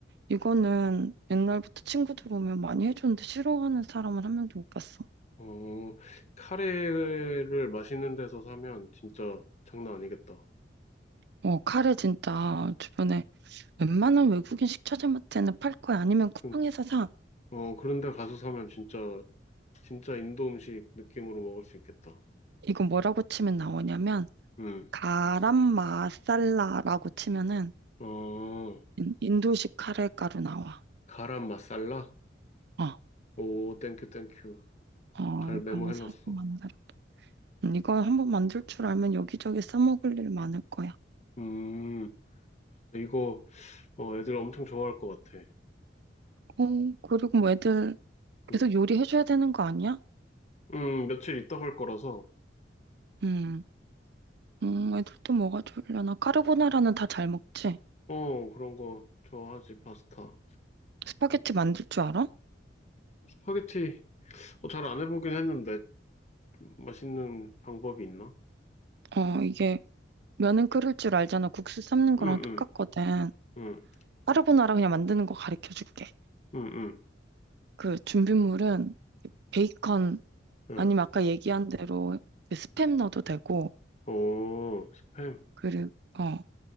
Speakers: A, on the right (about 65°); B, on the left (about 40°).
A: 이거는 옛날부터 친구들 오면 많이 해줬는데 싫어하는 사람은 한 명도 못 봤어.
B: 어, 카레를 맛있는 데서 사면 진짜 장난 아니겠다.
A: 어, 카레 진짜 주변에 웬만한 외국인 식자재마트에는 팔 거야. 아니면 쿠팡에서
B: 그,
A: 사.
B: 어, 그런 데 가서 사면 진짜, 진짜 인도 음식 느낌으로 먹을 수 있겠다.
A: 이거 뭐라고 치면 나오냐면
B: 음,
A: 가람 마살라라고 치면은
B: 어,
A: 인- 인도식 카레 가루 나와.
B: 가람 마살라?
A: 어,
B: 오, 땡큐, 땡큐.
A: 어,
B: 잘
A: 이거
B: 메모해놨어.
A: 한번 사서 만들어 봐. 음, 이거 한번 만들 줄 알면 여기저기 써먹을 일 많을 거야.
B: 음, 이거, 어, 애들 엄청 좋아할 것 같아.
A: 어, 그리고 뭐 애들
B: 음,
A: 계속 요리해줘야 되는 거 아니야?
B: 음, 며칠 있다 갈 거라서,
A: 음, 음, 애들 또 뭐가 좋으려나? 까르보나라는 다 잘 먹지?
B: 어, 그런 거 좋아하지, 파스타.
A: 스파게티 만들 줄 알아?
B: 스파게티 어, 잘안 해보긴 했는데 맛있는 방법이 있나?
A: 어, 이게 면은 끓일 줄 알잖아. 국수 삶는 거랑
B: 응응응응응
A: 똑같거든.
B: 응.
A: 까르보나라 그냥 만드는 거 가르쳐 줄게.
B: 응. 응,
A: 그 준비물은 베이컨
B: 응.
A: 아니면
B: 예.
A: 아까 얘기한 대로 그 스팸 넣어도 되고
B: 오 스팸
A: 그리고 어